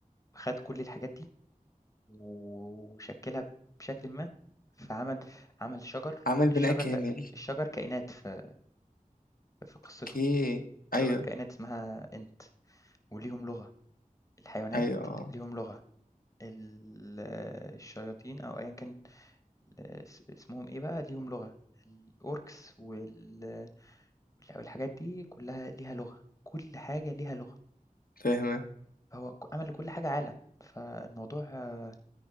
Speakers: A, on the left; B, on the left.
A: خَد كل الحاجات دي وشكّلها بشكلٍ ما، فعمل عمل شجر،
B: عمل
A: الشجر
B: بناء كامل
A: ده الشجر كائنات في في قصته،
B: اوكي ايوه
A: شجر كائنات اسمها إنت وليهم لغة، الحيوانات
B: ايوه آه.
A: ليهم لغة، ال الشياطين أو أيًا كان آه، اس اسمهم إيه بقى ليهم لغة، الأوركس وال والح والحاجات دي كلّها ليها لغة، كل حاجة ليها لغة،
B: فاهم
A: هو ك عمل لكل حاجة عالم، فالموضوع آه،